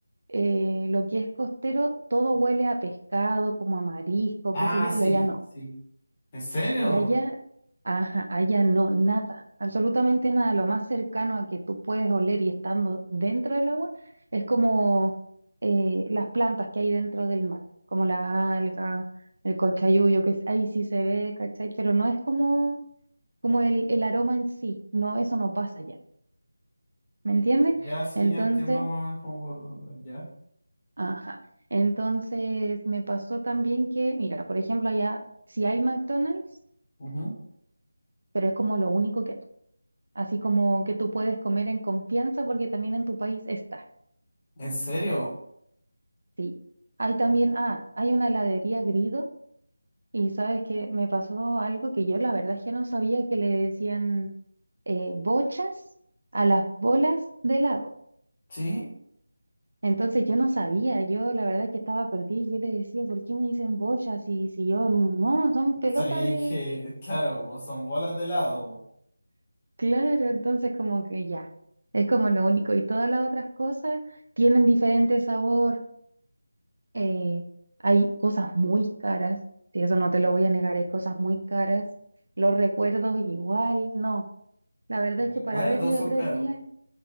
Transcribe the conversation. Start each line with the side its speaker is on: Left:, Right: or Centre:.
Right: eh, lo que es costero, todo huele a pescado, como a marisco,
Left: Ah,
Right: qué sé yo,
Left: sí,
Right: y allá no.
Left: sí. ¿En serio?
Right: Y allá, ajá, allá no, nada, absolutamente nada. Lo más cercano a que tú puedes oler y estando dentro del agua es como eh, las plantas que hay dentro del mar, como las algas, el cochayuyo, que es- ahí sí se ve, ¿cachai? Pero no es como, como el, el aroma en sí, no, eso no pasa allá, ¿me entiendes?
Left: Ya sí,
Right: Entonces...
Left: ya entiendo más o menos cómo por dónde va. Ya.
Right: Ajá. Entonces me pasó también que, mira, por ejemplo, allá sí hay McDonald's,
Left: Ujú.
Right: pero es como lo único que hay. Así como que tú puedes comer en confianza porque también en tu país está.
Left: ¿En serio?
Right: Sí. Hay también, ah, hay una heladería Grido y sabes que me pasó algo que yo la verdad es que no sabía que le decían eh, bochas a las bolas de helado.
Left: Sí.
Right: Entonces yo no sabía, yo la verdad es que estaba perdida y yo le decía, ¿por qué me dicen bochas? Y si yo, no, son pelotas
Left: Sabía
Right: de
Left: que, claro, son bolas de helado.
Right: Claro, entonces como que ya, es como lo único. Y todas las otras cosas tienen diferente sabor. eh, hay cosas muy caras, y eso no te lo voy a negar, hay cosas muy caras. Los recuerdos igual, no. La verdad
Left: Los Recuerdos
Right: es que para haber ido
Left: son
Right: tres
Left: caros.
Right: días,